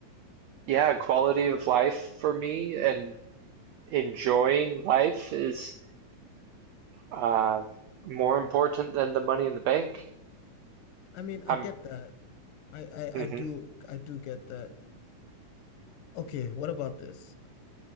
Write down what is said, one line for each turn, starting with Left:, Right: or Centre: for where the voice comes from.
Right: yeah, quality of life for me and enjoying life is uh more important than the money in the bank.
Left: I mean, I
Right: I'm
Left: get that. I I,
Right: mhm.
Left: I do I do get that. Okay, what about this?